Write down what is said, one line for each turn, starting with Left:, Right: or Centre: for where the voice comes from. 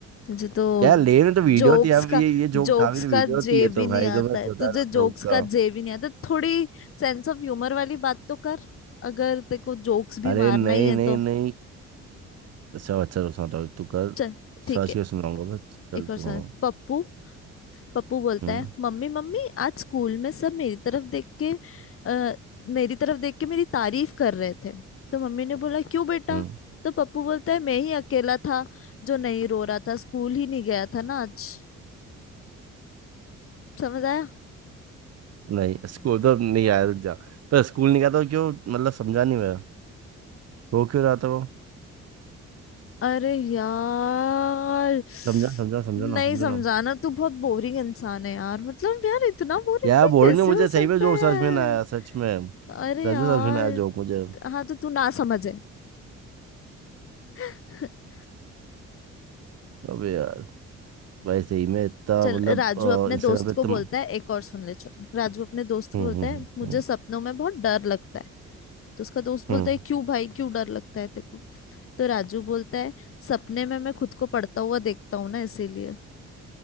Left: तुझे तो
Right: यार लेम तो वीडियो
Left: जोक्स
Right: थी यार
Left: का
Right: ये ये जोक
Left: जोक्स
Right: था भी तो
Left: का
Right: वीडियो होती
Left: जे
Right: है तो
Left: भी नहीं
Right: भाई जो
Left: आता
Right: मैं
Left: है
Right: बता
Left: तुझे
Right: रहा हूँ जोक
Left: जोक्स
Right: का
Left: का जे भी नहीं आता थोड़ी सेंस ऑफ ह्यूमर वाली बात तो कर अगर तेरे को जोक्स भी
Right: अरे
Left: मारना
Right: नहीं
Left: ही है
Right: नहीं
Left: तो
Right: नहीं अच्छा अच्छा रुक सुनाता हूँ तू कर
Left: चल ठीक
Right: सर्च
Left: है
Right: के सुनाऊंगा बस चल
Left: एक और
Right: तू
Left: सुना
Right: हाँ
Left: पप्पू पप्पू बोलता
Right: हम्म
Left: है मम्मी मम्मी आज स्कूल में सब मेरी तरफ देख के आ, मेरी तरफ देख के मेरी तारीफ कर रहे थे तो मम्मी ने बोला क्यों बेटा
Right: हम्म
Left: तो पप्पू बोलता है मैं ही अकेला था जो नहीं रो रहा था स्कूल ही नहीं गया था ना आज समझ आया
Right: नहीं स्कूल तो नहीं आया रुक जा पर स्कूल नहीं गया तो क्यों मतलब समझा नहीं मैं रो क्यों रहा था वो
Left: अरे यार
Right: समझा समझा समझा
Left: नहीं
Right: ना समझा
Left: समझाना
Right: ना
Left: तू बहुत बोरिंग इंसान है यार मतलब यार इतना बोरिंग
Right: यार
Left: कोई
Right: बोलेंगे
Left: कैसे
Right: मुझे
Left: हो सकता
Right: सही में जोक
Left: है यार
Right: समझ में ना आया सच में
Left: अरे
Right: सच
Left: यार
Right: में समझ में ना आया जोक मुझे <laughs>
Left: हाँ तो तू ना समझे <laughs>
Right: अबे यार भाई सही में इतना
Left: चल
Right: मतलब
Left: राजू अपने
Right: इंस्टाग्राम
Left: दोस्त को
Right: पे तुम
Left: बोलता है एक और सुन ले चलो राजू अपने दोस्त को
Right: हम्म
Left: बोलता
Right: हम्म
Left: है मुझे
Right: हम्म
Left: सपनों में बहुत डर लगता है तो उसका दोस्त बोलता
Right: हम्म,
Left: है क्यों भाई क्यों डर लगता है तेको तो राजू बोलता है सपने में मैं खुद को पढ़ता हुआ देखता हूँ ना इसीलिए